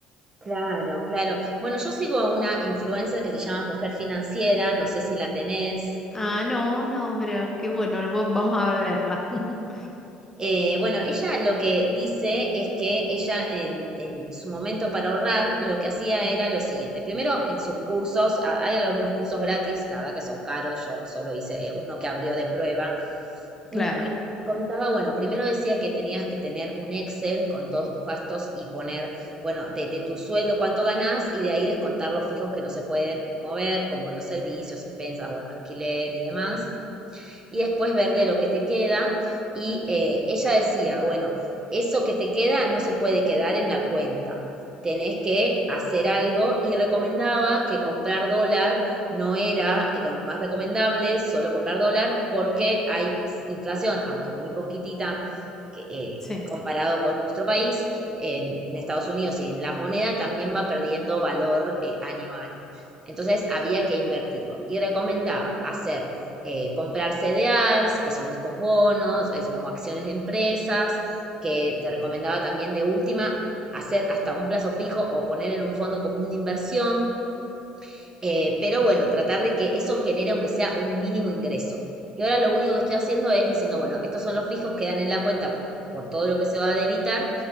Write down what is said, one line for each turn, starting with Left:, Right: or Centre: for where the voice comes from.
Right: Claro, claro. Bueno, yo sigo a una influencer que se llama Mujer Financiera, no sé si la tenés.
Left: Ah, no, no, pero qué bueno, vo- vamos a beberla. <laughs>
Right: Eh, bueno, ella lo que dice es que ella en, en su momento para ahorrar lo que hacía era lo siguiente. Primero, en sus cursos, a- hay algunos cursos gratis, la verdad que son caros, yo solo hice eh, uno que abrió de prueba.
Left: Claro,
Right: Y y contaba, bueno, primero decía que tenías que tener un Excel con todos tus gastos y poner, bueno, de, de tu sueldo cuánto ganás y de ahí descontar los fijos que no se pueden mover, como los servicios, expensas, bueno, alquiler y demás y después ver de lo que te queda. Y eh, ella decía, bueno, eso que te queda no se puede quedar en la cuenta, tenés que hacer algo y recomendaba que comprar dólar no era lo más recomendable, solo comprar dólar porque hay inflación, aunque muy poquitita que, eh,
Left: sí,
Right: comparado con nuestro país, en, en, Estados Unidos y en la moneda también va perdiendo valor eh, año a año. Entonces había que invertirlo y recomendaba hacer eh, comprar CDRs, que son estos bonos, es como acciones de empresas, que te recomendaba también de última hacer hasta un plazo fijo o poner en un fondo común de inversión, eh, pero bueno, tratar de que eso genere aunque sea un mínimo ingreso. Y ahora lo único que estoy haciendo es diciendo, bueno, estos son los fijos que dan en la cuenta por, por todo lo que se va a debitar